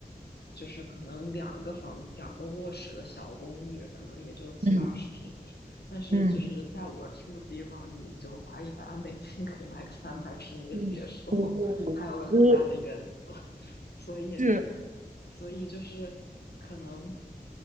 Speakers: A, on the left (about 80°); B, on the right (about 50°).
A: 就是可能两个房、两个卧室的小公寓，可能也就七八十平米。
B: 嗯
A: 但是就是在我住的地方，
B: 嗯
A: 你就花一百万美金可以买个三百平米的别墅，
B: 嗯，哦，
A: 还有个很大的院子。
B: 哦，
A: 所以，
B: 是，
A: 所以就是可能